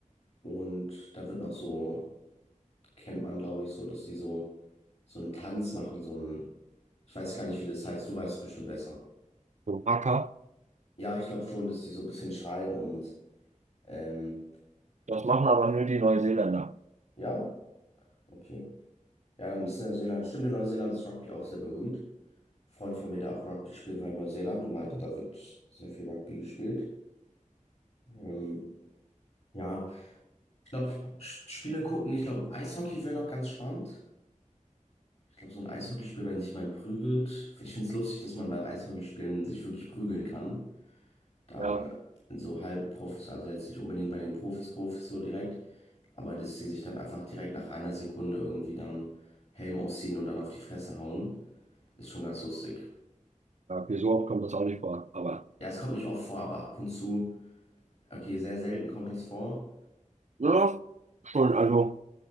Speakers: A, on the left; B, on the right.
A: Und da wird noch so. kennt man, glaube ich, so, dass die so, so einen Tanz machen, so einen, ich weiß gar nicht, wie das heißt, du weißt es bestimmt besser.
B: so ein Hacker.
A: Ja, ich glaube schon, dass die so ein bisschen schreien und, ähm,
B: Das machen aber nur die Neuseeländer.
A: ja, okay. Ja, dann ist Neuseeland, stimmt, in Neuseeland ist Rugby auch sehr berühmt. Ein Freund von mir, der auch Rugby spielt, war in Neuseeland und meinte, da wird sehr viel Rugby gespielt. Ähm, ja, ich glaube, Spiele gucken, ich glaube, Eishockey wäre noch ganz spannend. Ich glaube, so ein Eishockeyspiel, wenn sich jemand prügelt. Ich finde es lustig, dass man beim Eishockeyspielen sich wirklich prügeln kann. Da
B: Ja,
A: in so Halbprofis, also jetzt nicht unbedingt bei den Profis, Profis so direkt, aber dass die sich dann einfach direkt nach einer Sekunde irgendwie dann Helm ausziehen und dann auf die Fresse hauen, ist schon ganz lustig.
B: ja, okay, so oft kommt das auch nicht vor. Aber
A: Ja, es kommt nicht oft vor, aber ab und zu, okay, sehr selten kommt das vor,
B: ja, schon, also.